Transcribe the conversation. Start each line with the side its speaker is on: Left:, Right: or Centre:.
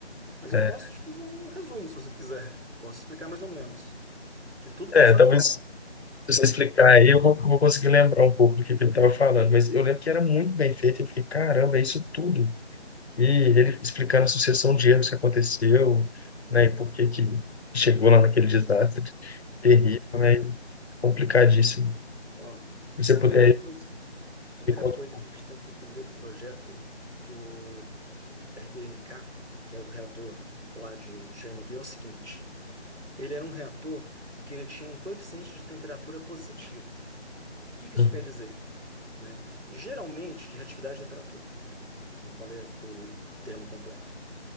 Right: Mas
Left: É,
Right: eu posso te fazer um resumo, se você quiser. Posso explicar mais ou menos. Que tudo
Left: é,
Right: funciona
Left: talvez
Right: igual.
Left: se você explicar aí, eu vou, vou conseguir lembrar um pouco do que que ele estava falando. Mas eu lembro que era muito bem feito. Eu fiquei, caramba, é isso tudo. E ele explicando a sucessão de erros que aconteceu,
Right: Uhum.
Left: né, e por que que chegou lá naquele desastre terrível,
Right: Uhum.
Left: né, complicadíssimo.
Right: Ó,
Left: Se você
Right: primeira
Left: puder
Right: coisa, primeira
Left: Ficou-
Right: coisa que a gente tem que entender do projeto do RBMK, que é o reator lá de Chernobyl, é o seguinte. Ele era um reator que ele tinha um coeficiente de temperatura positivo. O que que isso
Left: Uhum,
Right: quer dizer? Né? Geralmente, de reatividade de temperatura, né? Eu não falei o termo completo.